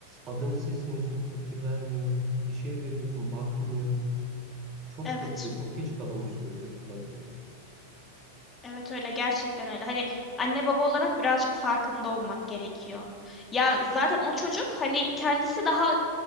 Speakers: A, on the right; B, on the left.
A: adını sesleniyorsun tepki vermiyor. Bir şey veriyorsun bakmıyor. Çok
B: Evet.
A: kötü diyor. Çok geç kalınmış diyor çocukları diyor.
B: Evet öyle gerçekten öyle. Hani anne baba olarak birazcık farkında olmak gerekiyor. Ya zaten o çocuk hani kendisi daha